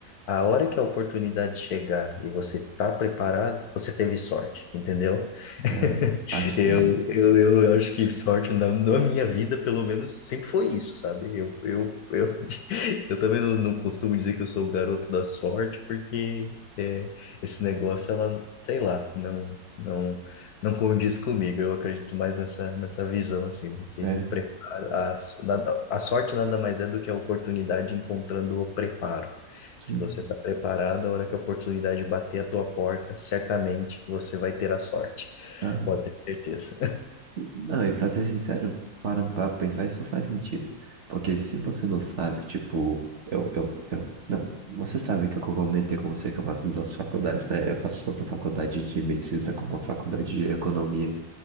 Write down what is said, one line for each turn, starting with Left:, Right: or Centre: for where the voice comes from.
Left: a hora que a oportunidade chegar e você está preparado, você teve sorte, entendeu?
Right: É,
Left: <laughs>
Right: acho
Left: Eu,
Right: que é.
Left: eu, eu acho que sorte na, na minha vida, pelo menos, sempre foi isso, sabe? Eu, eu, eu, <laughs> eu também não, não costumo dizer que eu sou o garoto da sorte, porque é, esse negócio, ela, sei lá, não, não, não condiz comigo. Eu acredito mais nessa, nessa visão, assim, né? Que
Right: É,
Left: o preparo, a, s- nada, a sorte nada mais é do que a oportunidade encontrando o preparo. Se
Right: sim.
Left: você está preparado, a hora que a oportunidade bater a tua porta, certamente você vai ter a sorte.
Right: Ah,
Left: Pode ter certeza.
Right: Não, e pra ser sincero, parando pra pensar, isso faz sentido. Porque se você não sabe, tipo, eu, eu, eu, não, você sabe que eu comentei com você que eu faço duas faculdades, né? Eu faço tanto a faculdade de medicina como a faculdade de economia.